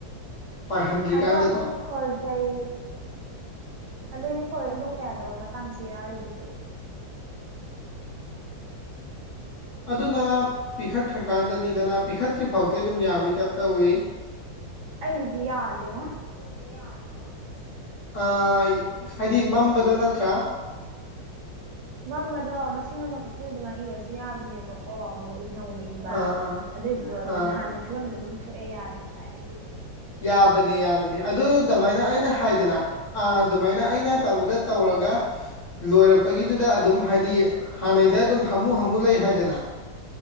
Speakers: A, on the left; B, on the right.
A: ꯄꯥꯏꯍꯟꯗ꯭ꯔꯤꯀꯥꯟꯗꯀꯣ
B: ꯑꯗꯣ ꯑꯗꯨꯗꯒꯤ ꯈꯔꯖꯩ ꯑꯗꯨꯗꯒꯤ ꯍꯣꯔ ꯍꯟꯗꯣꯛꯄ ꯌꯥꯗꯕ ꯃꯇꯥꯡꯁꯨ ꯌꯥꯎꯔꯔꯤꯗꯨꯗꯤ
A: ꯑꯗꯨꯅ ꯄꯤꯈꯠꯈ꯭ꯔꯀꯥꯟꯗꯅꯤꯗꯅ ꯄꯤꯈꯠꯇ꯭ꯔꯤ ꯐꯥꯎꯗꯤ ꯑꯗꯨꯝ ꯌꯥꯕꯩ ꯇꯥꯏꯞ ꯇꯧꯏꯤ
B: ꯑꯩꯒꯤꯗꯤ ꯌꯥꯗꯦ ꯉꯣ ꯫
A: ꯗꯤ ꯌꯥꯗꯦ ꯉꯣ ꯑꯥ ꯍꯥꯏꯗꯤ ꯃꯝꯕꯗꯣ ꯅꯠꯇ꯭ꯔꯥ
B: ꯃꯝꯕꯗꯣ ꯃꯁ ꯏꯁꯤꯡ ꯑꯃ ꯀꯛꯊꯗ ꯑꯗꯨ ꯃꯥꯏ ꯏꯔꯁꯨ ꯌꯥꯕꯅꯦꯕꯀꯣ ꯑꯃꯨꯛ ꯅꯧꯅ ꯏꯕ
A: ꯑꯥ ꯑꯥ
B: ꯑꯗꯨꯏꯁꯨ ꯑꯗꯨꯝ
A: ꯑꯥ
B: ꯍꯥꯟꯅ ꯐꯤꯕꯝꯗ ꯑꯗꯨꯝ ꯊꯣꯛꯑꯦ ꯌꯥꯗꯦ ꯚꯥꯏ ꯑꯩꯒꯤꯗꯤ
A: ꯌꯥꯕꯅꯦ ꯌꯥꯕꯅꯤ ꯑꯗꯨ ꯗꯃꯥꯏꯅ ꯑꯩꯅ ꯍꯥꯏꯗꯅ ꯑꯥ ꯗꯨꯃꯥꯏꯅ ꯑꯩꯅ ꯇꯥꯕꯗ ꯇꯧꯔꯒ ꯂꯣꯏꯔꯛꯄꯒꯤꯗꯨꯗ ꯑꯗꯨꯝ ꯍꯥꯏꯗꯤ ꯍꯥꯟꯅꯩꯗ ꯑꯗꯨꯝ ꯍꯥꯃꯨ ꯍꯥꯃꯨ ꯂꯩ ꯍꯥꯏꯗꯅ